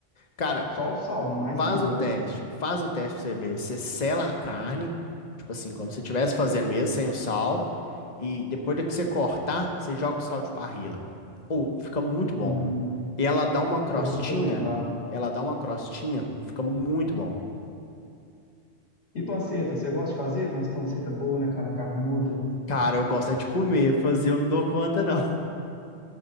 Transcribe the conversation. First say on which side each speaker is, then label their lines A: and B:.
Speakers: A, on the left; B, on the left.
A: Cara,
B: Só o sal, mais
A: faz
B: nada,
A: o teste.
B: né?
A: Faz o teste pra você ver. Você sela a carne, tipo assim, como se estivesse fazendo mesmo, sem o sal. E depois de que você cortar, você joga o sal de parrilla. Ou fica muito bom.
B: Hum,
A: E ela dá uma crostinha.
B: eu vou experimentar.
A: Ela dá uma crostinha. Fica muito bom.
B: E panceta, você gosta de fazer? Tem umas pancetas boas, né, cara? Carnuda.
A: Cara, eu gosto é de comer. Fazer eu não dou conta, não.